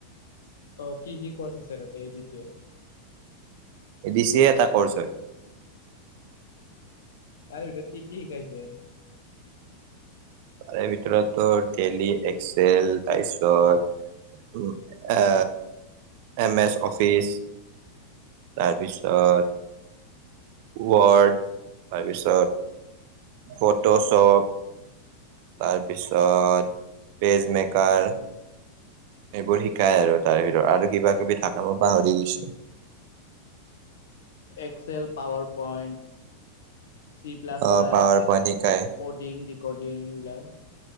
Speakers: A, on the left; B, on the right.
A: অহ, কি-কি কৰ্চ আছে তাতে A D C A?
B: A D C A এটা কৰ্চ হয়।
A: তাৰ ভিতৰত কি-কি শিকাইছে?
B: তাৰে ভিতৰতো টোৰ টেলি, এক্সেল, তাইছত এম এছ অফিচ তাৰপিছত ৱৰ্ড তাৰপিছত ফটোশপ তাৰপিছত পেজমেকাৰ এইবোৰ শিকাই আৰু তাৰে ভিতৰত আৰু কিবা কিবি থাকে মই পাহৰি গৈছো। <inaudible>
A: এক্সেল পাৱাৰ পইণ্ট চি প্লাছ
B: অ
A: প্লাছ
B: পাৱাৰ পইণ্ট শিকাই
A: ক'ডিং ৰে ক'ডিং এইবিলাক